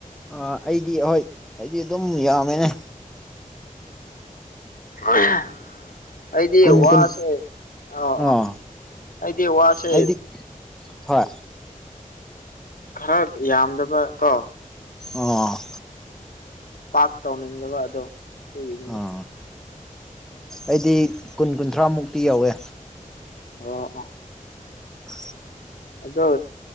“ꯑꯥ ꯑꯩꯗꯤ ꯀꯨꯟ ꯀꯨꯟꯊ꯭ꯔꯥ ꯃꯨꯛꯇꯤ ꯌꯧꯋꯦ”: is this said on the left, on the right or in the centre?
Centre